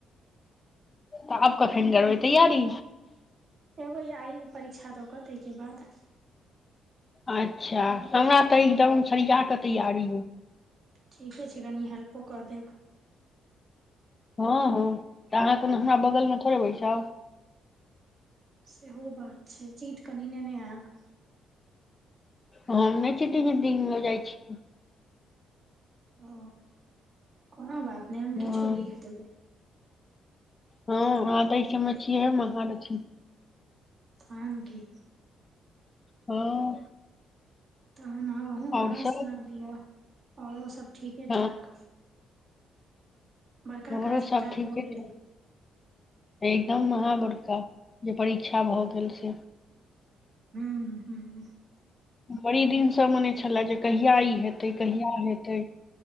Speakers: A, on the left; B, on the right.
A: तऽ अब कखन करबै तैयारी
B: ऐबई आइ परीक्षा दऽ कऽ ताहिके बाद
A: अच्छा हमरा तऽ एकदम सरिया कऽ तैयारी य
B: ठीके छै कनि हेल्पो कऽ देब
A: हँ हँ तऽ अहाँ कोनो हमरा बगल मे थोड़े बैसाब
B: सेहो बात छै चीट कनि नेेने आयब
A: ह नहि चिटिंग इटिंग ल जाइ छी
B: ओ कोनो बात नहि हम
A: हँ
B: किछो लिख देबै
A: हँ अहाँ तऽ ई सबमे छियै है महालक्ष्मी
B: तनकी
A: हँ
B: तहन आ अहु नहा
A: आओर सब
B: सुना लिअ औरो सब ठीके
A: हँ
B: ठाक बड़का
A: हमरो
B: काज एकटा
A: सब
B: भऽ
A: ठीके छै
B: गेल
A: एकदम महा बड़का जे परीक्षा भऽ गेल से
B: हूँ हू <unintelligible>
A: बड़ी दिनसँ मने छलए जे कहिया ई हेतै कहिया हेतै